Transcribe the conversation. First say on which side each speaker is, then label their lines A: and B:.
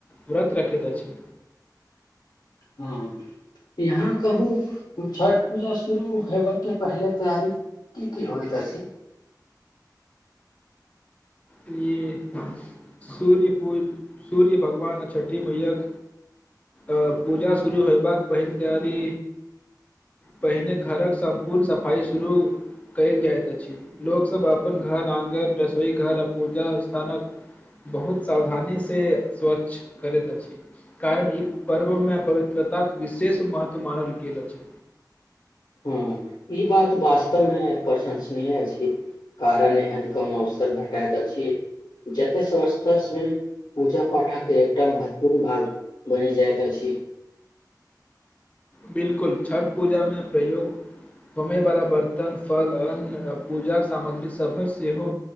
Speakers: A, on the left; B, on the left.
A: व्रत राखैत छी।
B: हँ यहाँ कहू छठ पूजा शुरू होेबा के पहिले तैयारी की की होइत अछि।
A: सू्य पू सूर्य भगवान आ छठी मैयाक अ पूजा शुरू होयबाक पहिल तैयारी पहिने घरक सम्पूर्ण सफाइ शुरू कयल जाइत अछि लोक सब अपन घर आङगन रसोई घर पूजा स्थानक बहुत सावधानी से स्वच्छ करैत अछि कारण ई पर्व मे पवित्रताक विशेष महत्व मानल गेल अछि।
B: हँ ई बात वास्तवमे प्रशंसनीय अछि कारण एहन कम अवसर भेटाइत अछि जतय संसथमे पूजा पाठकके एकटा महत्वपूर्ण भाग बनि जाइत अछि।
A: बिल्कुल छठ पूजामे प्रयोग होयवला बर्तन फल अन्न आ पूजाक सामग्री सभ सेहो